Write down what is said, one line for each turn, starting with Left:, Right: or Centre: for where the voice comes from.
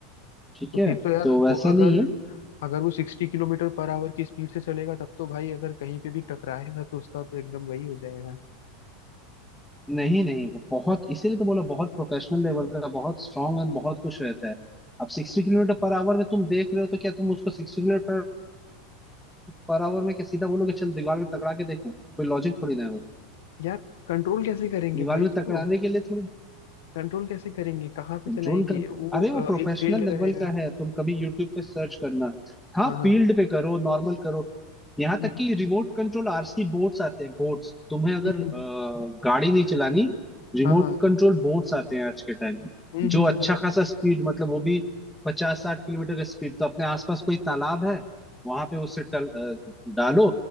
Centre: ठीक
Left: तो
Centre: है
Left: फिर तो यार
Centre: तो वैसा
Left: तो अगर
Centre: नहीं है
Left: अगर वो सिक्सटी किलोमीटर पर आवर की स्पीड से चलेगा तब तो भाई अगर कहीं पे भी टकराएगा तो उसका तो एकदम वही हो जाएगा
Centre: नहीं नहीं वो बहुत इसीलिए तो बोला बहुत प्रोफेशनल लेवल का बहुत स्ट्रांग है बहुत कुछ रहता है अब सिक्सटी किलोमीटर पर आवर में तुम देख रहे हो तो क्या तुम उसको सिक्सटी किलोमीटर पर आवर में क्या सीधा बोलोगे चल दीवार में टकरा के देखो कोई लॉजिक थोड़ी ना है भाई
Left: यार कंट्रोल कैसे करेंगे
Centre: दीवार
Left: भाई
Centre: में
Left: उसको
Centre: टकराने के लिए थोड़ी
Left: कंट्रोल कैसे करेंगे कहाँ पे
Centre: कंट्रोल
Left: चलाएंगे
Centre: कर
Left: वो
Centre: अरे
Left: अ,
Centre: वो प्रोफेशनल
Left: एक फील्ड
Centre: लेवल
Left: रहेगा
Centre: का है तुम कभी यूट्यूब पे सर्च करना हाँ
Left: हाँ हाँ
Centre: फील्ड पे करो नॉर्मल करो यहाँ
Left: हम्म,
Centre: तक
Left: हम्म,
Centre: कि रिमोट कंट्रोल आरसी बोट्स आते हैं बोट्स तुम्हें अगर
Left: हम्म,
Centre: अ,
Left: हम्म।
Centre: गाड़ी नहीं चलानी रिमोट
Left: हाँ हाँ
Centre: कंट्रोल बोट्स आते हैं आज के टाइम
Left: हम्म हम्म,
Centre: जो अच्छा
Left: बहुत
Centre: खासा स्पीड मतलब वो भी पचास साठ किलोमीटर का स्पीड तो अपने आसपास कोई तालाब है वहां पे उससे टल, अ, डालो